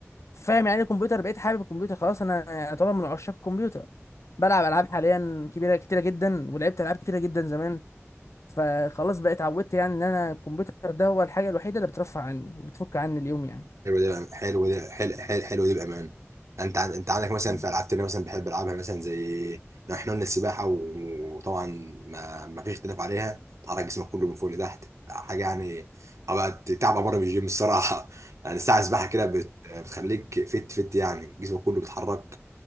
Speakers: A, on the left; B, on the right.
A: فاهم يعني إيه الكمبيوتر بقيت حابب الكمبيوتر خلاص انا يعني طبعا من عشاق الكمبيوتر بلعب العاب حاليا كبيره كتيره جدا ولعبت العاب كتيره جدا زمان فخلاص بقيت اتعودت يعني ان انا الكمبيوتر ده هو الحاجه الوحيده اللي بترفع عني وبتفك عني اليوم يعني
B: حلو ده بأم- حلو ده حلو حلو, حلو ده بامان انت عن- انت عندك مثلا
A: مم.
B: في العاب تانية مثلا بحب العبها مثلا زي لو احنا قلنا السباحه و- وطبعا ما ما فيش اختلاف عليها تحرك جسمك كله من فوق لتحت حاجه يعني ابقى تعب مره في الجيم الصراحه <laughs> يعني ساعه سباحه كده بت... بتخليك فت فت يعني جسمك كله بيتحرك